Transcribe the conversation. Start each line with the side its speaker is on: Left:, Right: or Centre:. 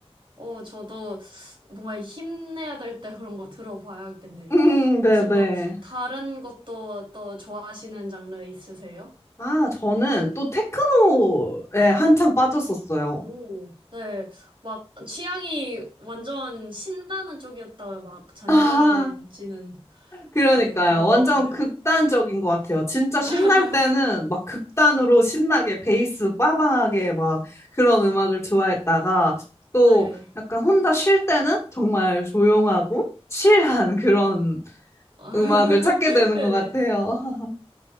Right: 어, 저도 뭔가 힘내야 될 때 그런 거 들어봐야겠네요.
Left: 음,
Right: 혹시
Left: 네, 네.
Right: 뭐 다른 것도 또 좋아하시는 장르 있으세요?
Left: 아, 저는 또 테크노에 한창 빠졌었어요.
Right: 오, 네. 막 취향이 완전 신나는 쪽이었다가 막 잔잔해지는
Left: 아, 그러니까요.
Right: 네, 그런
Left: 완전
Right: 거 같네요.
Left: 극단적인 것 같아요. 진짜
Right: 네.
Left: 신날
Right: <laughs>
Left: 때는 막 극단으로 신나게 베이스 빠방하게 막 그런 음악을 좋아했다가 또
Right: 네.
Left: 약간 혼자 쉴 때는 정말 조용하고 칠한 그런
Right: <laughs>
Left: 음악을 찾게 되는
Right: 네네.
Left: 것 같아요. <laughs>